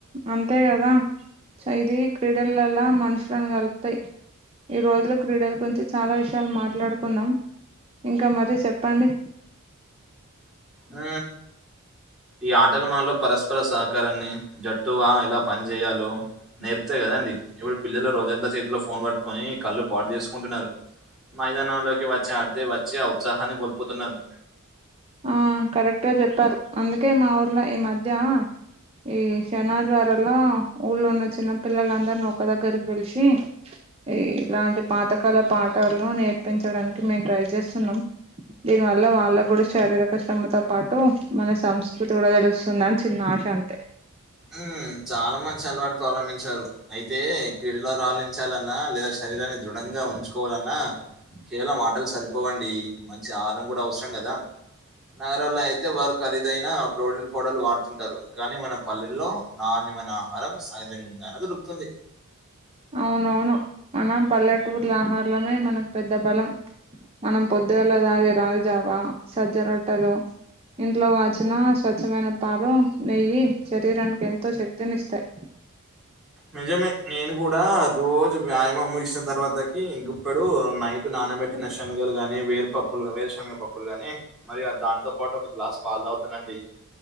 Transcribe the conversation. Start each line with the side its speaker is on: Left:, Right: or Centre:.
Right: అంతే కదా ఇది క్రీడలలా మనుషులను కలుపుతాయి ఈ రోజులు క్రీడల గురించి చాలా విషయాలు మాట్లాడుకున్నాం ఇంకా మరీ చెప్పండి
Centre: ఊ ఈ ఆటలు మనలో పరస్పర సహకారాన్ని జట్టువా ఎలా పని చేేయాలో నేర్పుతాయి కదండీ ఇప్పుడు పిల్లలు రోజంతా చేతిలో ఫోన్ పట్టుకొని కళ్ళు పాడు చేసుకుంటున్నారు మైదానంలోకి వచ్చి ఆడితే వచ్చి ఆ ఊత్సాహాన్ని కోల్పోతున్నారు
Right: ఆ కరెక్ట్ గా చెప్పారు అందుకే మా ఊరిలో ఈ మధ్య ఈ శని ఆదివారలో ఊళ్ళో ఉన్న చిన్న పిల్లలందరినీ ఒక దగ్గరకి పిలిచి ఈ ఇలాంటి పాతకాల పాటలు నేర్పి దించడానికి మేము ట్రై చేస్తున్నాం దీని వల్ల వా వాళ్ళు కూడా శారీరక శ్రమతో పాటు మన సంస్కృతి కూడా తెలుస్తుందని చిన్న ఆశ అంతే
Centre: ఉ చాలా మంచి అలవాటు ప్రారంభించారు అయితే క్రీడలో రాలించాలన్నా లేదా శరీరాన్ని దృఢంగా ఉంచుకోవాలన్నా కేవలం ఆటలు సరిపోవండి మంచి ఆహారం కూడా అవసరం కదా నగరాల్లో అయితే వారు ఖరీదైన ప్రోటీన్ పౌడర్లు వాడుతుంటారు కానీ మనం పల్లెల్లో నాణ్యమైన ఆహారం సహజంగానే దొరుకుతుంది
Right: అవునవును మనం పల్లెటూరుల ఆహర్లమె మనకు పెద్ద బలం మనం పొద్దుగలె తాగే రాగిజావా సజ్జరొట్టలు ఇంట్లో కాచిన స్వచ్ఛమైన పాలు నెయ్యి శరీరానికి ఎంతో శక్తిని ఇస్తాయి
Centre: నిజమే నేను గూడా రోజు వ్యాయామం ముగిసిన తర్వాతకి గుడ్ ఇప్పుడు నైట్ నానబెట్టిన శనగలు గాని వేరుపప్పులు వేరుశెనగ పప్పులు గాని మరి ఆ దానితో పాటు ఒక గ్లాస్ పాలు తాగుతానండి